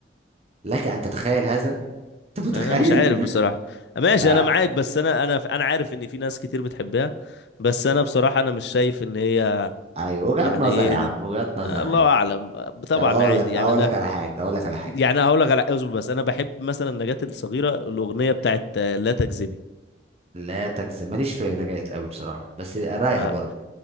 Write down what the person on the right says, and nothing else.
لك ان تتخيل هذا <laughs> انت متخيل
لا
ايوه وجهات
نظر
يا عم وجهات نظر
عادي
طب اقول
لك
اقول
لك على حاجه اقول لك على حاجه
لا تجزم ماليش في نجاة قوي بصراحه بس رايقه
برضه